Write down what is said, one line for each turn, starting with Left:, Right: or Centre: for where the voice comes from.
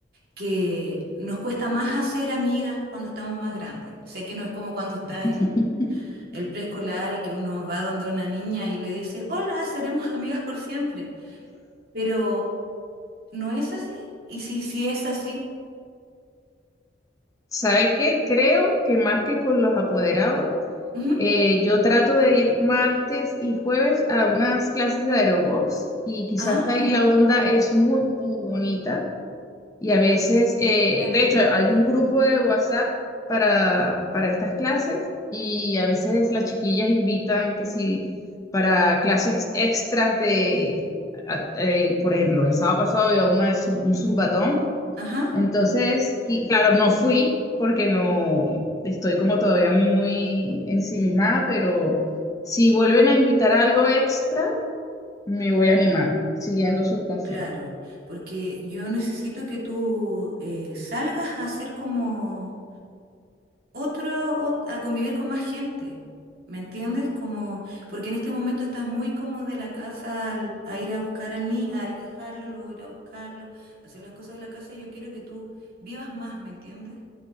Right: que nos cuesta más hacer amigas cuando estamos más grandes. Sé que no es como cuando estás
Left: <laughs>
Right: en el preescolar y que uno va donde una niña y le dice, hola, seremos amigas por siempre. Pero no es así. Y si, si es así,
Left: ¿Sabes qué? Creo que más que con los apoderados,
Right: ujú.
Left: eh, yo trato de ir martes y jueves a unas clases de aerobox y quizás
Right: Ah.
Left: ahí la onda es muy, muy bonita. Y a veces, eh,
Right: Claro,
Left: de
Right: lo
Left: hecho,
Right: había
Left: hay
Right: olvidado.
Left: un grupo de WhatsApp para, para estas clases y a veces las chiquillas invitan que si para clases extras de, a- eh, por ejemplo, el sábado pasado había una de zum- un zumbatón,
Right: Ajá,
Left: entonces, qui- claro, no fui porque no estoy como todavía muy ensimismada, pero si vuelven a invitar a algo extra, me voy a animar, siguiendo sus consejos.
Right: claro, porque yo necesito que tú eh, salgas a hacer como otro, ot- a convivir con más gente, ¿me entiendes? Como, porque en este momento estás muy como de la casa al- a ir a buscar al niño, a ir a dejarlo, luego ir a buscarlo, hacer las cosas de la casa, y yo quiero que tú vivas más, ¿me entiendes?